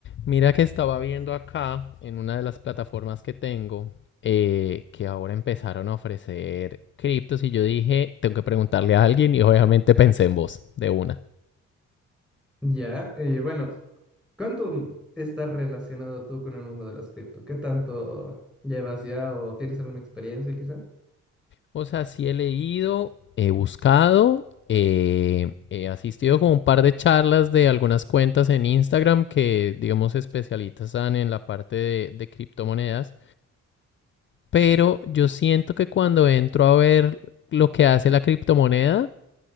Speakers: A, on the left; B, in the centre.
A: Mira que estaba viendo acá en una de las plataformas que tengo eh, que ahora empezaron a ofrecer criptos y yo dije, tengo que preguntarle a alguien y obviamente pensé en vos de una.
B: Ya, y bueno, ¿cuánto estás relacionado tú con el mundo de las cripto? ¿Qué tanto llevas ya o tienes alguna experiencia quizá?
A: O sea, sí he leído, he buscado, eh, he asistido como un par de charlas de algunas cuentas en Instagram que, digamos, se especializan en la parte de, de criptomonedas, pero yo siento que cuando entro a ver lo que hace la criptomoneda,